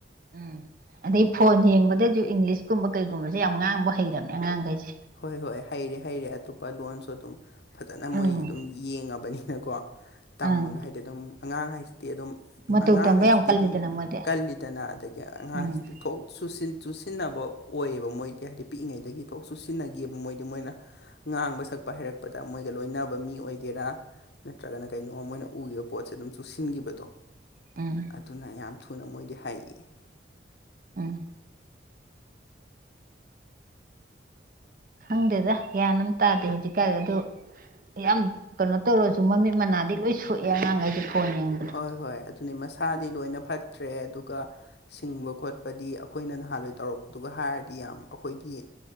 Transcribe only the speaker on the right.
ꯎꯝ ꯑꯗꯩ ꯐꯣꯟ ꯌꯦꯡꯕꯗꯁꯨ ꯏꯪꯂꯤꯁꯀꯨꯝꯕ ꯀꯩꯒꯨꯝꯕꯁꯦ ꯌꯥꯝ ꯉꯥꯡꯕ ꯍꯩꯔꯕꯅꯦ ꯑꯉꯥꯡꯈꯩꯁꯦ
ꯎꯝ
ꯑꯪ
ꯃꯇꯧ
ꯇꯝꯕ
ꯌꯥꯝ ꯀꯜꯂꯤꯗꯅ
ꯃꯣꯏꯗꯤ
ꯎꯝ
ꯎꯝ
<unintelligible> ꯈꯪꯗꯦꯗ ꯒꯔꯥꯟ ꯑꯝ ꯇꯥꯗꯦ ꯍꯧꯖꯤꯛꯀꯥꯟ ꯑꯗꯨ ꯌꯥꯝ ꯀꯩꯅꯣ ꯇꯧꯔꯁꯨ ꯃꯃꯤꯠ ꯃꯅꯥꯗꯤ ꯂꯣꯏ ꯁꯣꯛꯑꯦ ꯑꯉꯥꯡꯈꯩꯗꯤ ꯐꯣꯟ ꯌꯦꯡꯕꯗꯣ